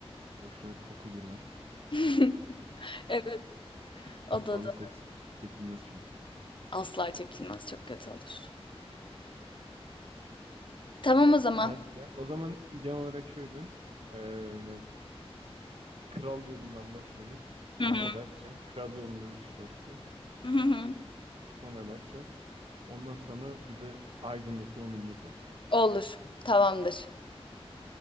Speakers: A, on the right; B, on the left.
A: boşuna koku girmez.
B: <laughs> Evet. O
A: Balık
B: da da
A: kokusu çekilmez çünkü.
B: asla çekilmez. Çok kötü olur. Tamam o zaman.
A: Datça. O zaman genel olarak şöyle. Ee, Kral yolundan başladık. Sonra
B: Hı hı.
A: Datça. Kral yolunda üç dört gün.
B: Hı hı.
A: Sonra Datça. Ondan sonra bir de Aydın'daki o milli park.
B: Olur. Tamamdır.